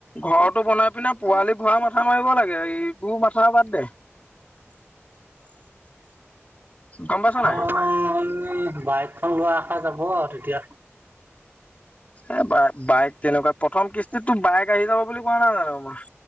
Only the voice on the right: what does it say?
মোৰ বাইকখন লোৱা আশা যাব আৰু তেতিয়া